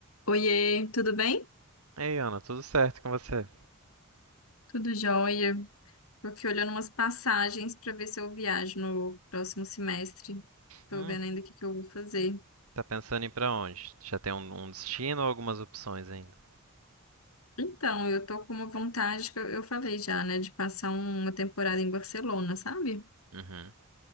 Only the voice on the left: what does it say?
Oiê, tudo bem?
Tudo jóia. Tô aqui olhando umas passagens para ver se eu viajo no próximo semestre. Tô
vendo ainda o que que eu vou fazer.
Então, eu tô com uma vontade que eu, eu falei já, né, de passar um, uma temporada em Barcelona, sabe?